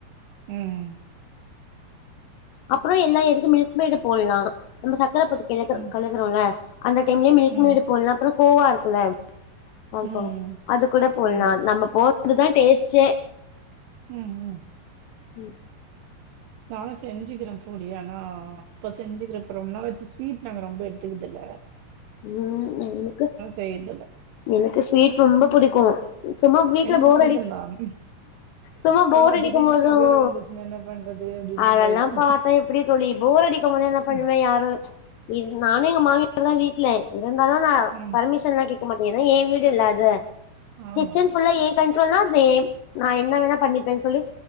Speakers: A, on the right; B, on the left.
A: ம்
B: அப்ற எல்லா இதுக்கு மில்க் மெய்டு போடலா நம்ம சக் கர போட்டு கெலக்
A: ம்
B: கலக்குறோல அந்த டைம்லயே மில்க்
A: ம்
B: மெய்டு போடலா அப்ற கோவா இருக்குல பால்கோவா
A: ம்
B: அது கூட போடலா
A: ம் ம்
B: நம்ம போ அதுதா டேஸ்ட்டே
A: ம் ம்
B: ம்
A: நானு செஞ்சுக்கிற போளி ஆனா இப்ப செஞ்சுக்கிற இப்ப ரொம்ப நாள் ஆச்சு ஸ்வீட் நாங்க ரொம்ப எடுத்துக்குது இல்ல
B: ம் எனக்கு
A: செய்யறதில்ல
B: எனக்கு ஸ்வீட் ரொம்ப புடிக்கு சும்மா வீட்ல
A: எனக்கும்
B: போர்
A: பிடிக்கும்
B: அடி
A: தான்
B: சும்மா போர்
A: ஆனா
B: அடிக்கு
A: திடீர்னு
B: போது
A: சுகர்
B: ஒ
A: வந்துச்சுன்னா என்ன பண்றது அப்டின்ட்டு
B: அதெல்லா
A: பயம்
B: பாத்தா எப்படி தோழி போர் அடிக்கு போது என்ன பண்ணவே
A: ம்
B: யாரு எ நானே எங்க மாமிய தா வீட் ல <unintelligible> இருந்தாலு நா
A: ம்.
B: பர்மிஷன்லா கே இருக்க மாட்டே ஏனா எ வீடுல அது
A: ஆமா
B: கிச்சன்புல்லா ஏ கண்ட்ரோல்னா <unintelligible> நா என்ன வேணா பண்ணிப்பேன் சொல்லி